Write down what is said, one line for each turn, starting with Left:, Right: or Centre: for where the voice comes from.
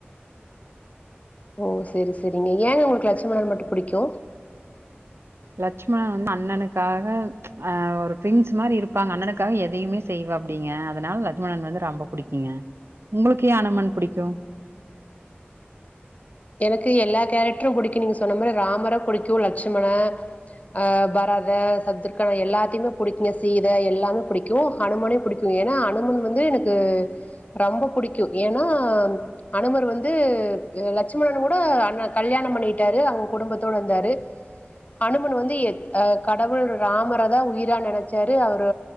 Left: ஓ செரி செரிங்க ஏங்க உங்களுக்கு லட்சுமணன் மட்டு புடிக்கு
Right: லெட்ச்மணன் வந்து அண்ணனுக்காக அ ஒரு பிரின்ஸ் மாரி இருப்பாங்க அண்ணனுக்காக எதையுமே செய்வாப்டிங்க அதுனால லெட்சுமணன் வந்து ரொம்ப புடிக்கிங்க உங்களுக்கு ஏ ஹனுமன் புடிக்கு
Left: எனக்கு எல்லா கேரக்ட்ரு புடிக்கு நீங்க சொன்ன மாரி ராமர புடிக்கு லெச்சுமண அ பரதே சத்ருக்கனே எல்லாத்தையுமே பிடிக்குங்க சீத எல்லாமே பிடிக்கு ஹனுமனயு புடிக் ஏன்னா அனுமன் வந்து எனக்கு ரொம்பப் புடிக்கு ஏன்னா அனுமர் வந்து லெக் லெச்சுமணன் கூட அண்ண கல்யாணம் பண்ணிகிட்டாரு அவுங்க குடும்பத்தோட வந்தாரு அனுமன் வந்து எ கடவுள் ராமர தா உயிரா நெனச்சாரு அவரு